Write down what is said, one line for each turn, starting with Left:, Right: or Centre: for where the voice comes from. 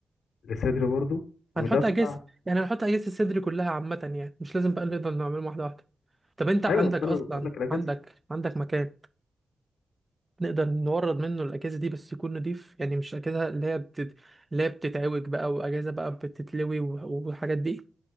Left: للصدر برضو ودفع
Right: هنحط اجهزه يعني هنحط اجهزه الصدر كلها عامه يعني مش لازم بقى نقدر نعمله واحده واحده طب انت عندك
Left: ايوه بس
Right: اصلا
Left: انا بقول لك الاجهزه
Right: عندك عندك مكان نقدر نورد منه الاجهزه دي بس يكون نضيف يعني مش اجهزه اللي هي بتت... اللي هي بتتعوج بقى واجهزه بقى بتتلوي و- والحاجات دي